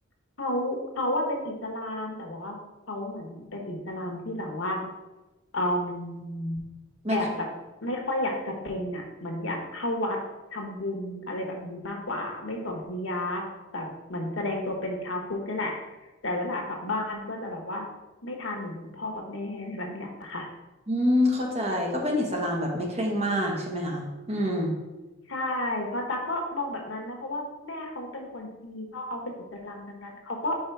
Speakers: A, on the left; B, on the right.
A: เขาเขาว่าเป็นอิสลามแต่ว่าเขาเหมือนเป็นอิสลามที่แบบว่าอืมแอบแบบไม่ค่อยอยากจะเป็นอ่ะเหมือนอยากเข้าวัดทำบุญอะไรแบบนี้มากกว่าไม่สวมฮิญาบแบบเหมือนแสดงตัวเป็นชาวพุทธนี่แหละ
B: ไม่
A: แต่เวลากลับบ้านก็จะแบบว่าไม่ทานหมูกับพ่อกับแม่อะไรแบบเนี้ยค่ะ
B: อืมเข้าใจก็เป็นอิสลามแบบไม่เคร่งมากใช่ไหมคะอืม
A: ใช่เพราะตั๊กก็มองแบบนั้นนะเพราะว่าแม่เขาเป็นคนจีนพ่อเขาเป็นอิสลามดังนั้นเขาก็